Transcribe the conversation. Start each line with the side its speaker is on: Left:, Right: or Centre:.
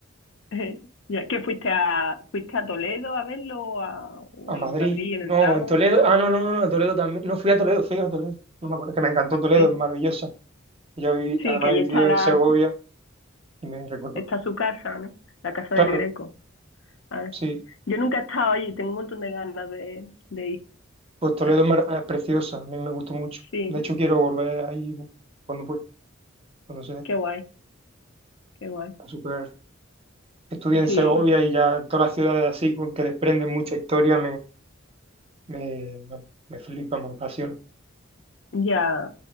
Left: <laughs> Ya, ¿qué fuiste a, fuiste a Toledo a verlo o, a- o
Right: a Madrid,
Left: en Madrid, en
Right: no,
Left: el Prado?
Right: en Toledo,
Left: Madrid,
Right: ah, no, no, no, no, a Toledo también, no fui a Toledo, fui a Toledo, no me acuerdo, es que me encantó Toledo,
Left: sí.
Right: es maravillosa, yo viví,
Left: Sí,
Right: además
Left: que allí
Right: he
Left: está
Right: vivido
Left: la,
Right: en Segovia y me recuerdo,
Left: está su casa, ¿no? La casa
Right: claro,
Left: del Greco. A ver.
Right: sí,
Left: Yo nunca he estado allí, tengo un montón de ganas de, de ir.
Right: pues Toledo
Left: Ah,
Right: es, mar- es preciosa, a mí me gustó mucho,
Left: Sí,
Right: de hecho quiero volver ahí cuando pueda, cuando sea,
Left: qué guay, qué guay.
Right: a super, estudié en
Left: Sí,
Right: Segovia y ya todas las ciudades así, con que desprenden mucha historia, me, me, me flipa, me apasiona.
Left: ya.